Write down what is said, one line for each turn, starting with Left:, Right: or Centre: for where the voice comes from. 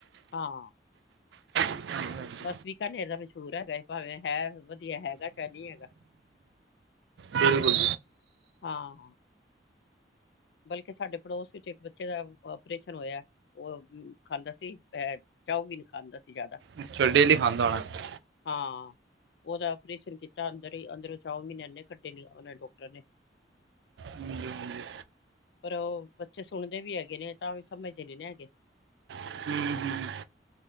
Left: ਹਾਂ।
Right: ਹਾਂਜੀ ਹਾਂਜੀ
Left: ਬਸ ਵੀਕਨੇਰ ਦਾ ਮਸ਼ੂਰ ਹੈਗਾ ਏ ਭਾਵੇਂ ਹੈ ਵਧੀਆ ਹੈਗਾ ਸ਼ ਨਈ ਹੈਗਾ।
Right: ਬਿਲਕੁੱਲ।
Left: ਹਾਂ। ਬਲਕਿ ਸਾਡੇ ਪੜੋਸ ਵਿੱਚ ਇੱਕ ਬੱਚੇ ਦਾ ਆਪਓਰੇਸ਼ਨ ਹੋਇਆ। ਓ ਖਾਂਦਾ ਸੀ ਐ ਚੋਮਿਨ ਖਾਂਦਾ ਸੀ ਜਾਦਾ।
Right: ਅੱਛਾ ਡੇਲੀ ਖਾਂਦਾ ਹੋਣਾ।
Left: ਹਾਂ। ਓਦਾ ਆਪਓਪਰੇਸ਼ਨ ਕੀਤਾ ਅੰਦਰ ਈ ਅੰਦਰੋਂ ਚ ਮੀਨੇ ਇੰਨੇ ਕੱਢੇ ਲ ਓਨੇ ਡੋਕਟਰ ਨੇ।
Right: ਹਾਂਜੀ-ਹਾਂਜੀ
Left: ਪਰ ਓ ਬੱਚੇ ਸੁਣਦੇ ਵੀ ਹੈਗੇ ਨੇ ਤਾਂ ਵੀ ਸਮਝਦੇ ਨੀ ਨਾ ਹੈਗੇ।
Right: ਹਾਂਜੀ ਹੂੰ